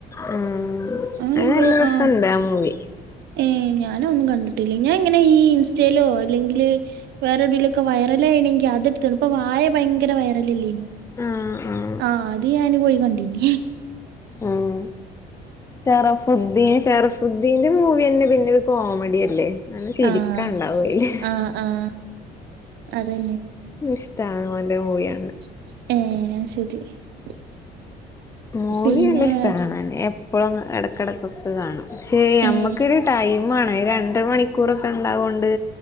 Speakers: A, on the left; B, on the right.
A: ആഹ്
B: അങ്ങനെന്തോ
A: അത് നല്ല രസണ്ട്
B: ആഹ്
A: ആ മൂവി
B: ഏഹ് ഞാൻ ഒന്നും കണ്ടിട്ടില്ല ഞാ ഇങ്ങനെ ഈ ഇൻസ്റ്റയിലോ അല്ലെങ്കില് വേറെ എവിടെലൊക്കെ വൈറൽ ആയിണെങ്കിൽ അത് എടുത്തു കാണും ഇപ്പൊ വാഴ ഭയങ്കര വൈറൽ ഇല്ലനോ
A: ആഹ് ആഹ്
B: ആഹ് അത് ഞാനും പോയി കണ്ടീന്
A: ഉം ശറഫുദീൻ ശറ സുദ്ധീന്റെ മൂവി തന്നെ പിന്നെ ഒരു കോമഡി അല്ലേ നല്ല ചിരിക്ക
B: ആഹ്
A: ഉണ്ടാവും അയില്
B: ആഹ് ആഹ് അതന്നെ
A: ഇഷ്ടാണ് ഓന്റെ മൂവി കാണാൻ
B: ഏഹ് അത് ശരി
A: മൂവി
B: പിന്നെ
A: നല്ല ഇഷ്ട
B: വേ
A: കാണാന് എപ്പോഴും ഇടക്കിടക്കൊക്കെ കാണും പക്ഷെ നമ്മുക്കൊരു
B: ഏഹ്
A: ടൈം ആണ് രണ്ടര മണിക്കൂറൊക്കെ ഉണ്ടാവോണ്ട്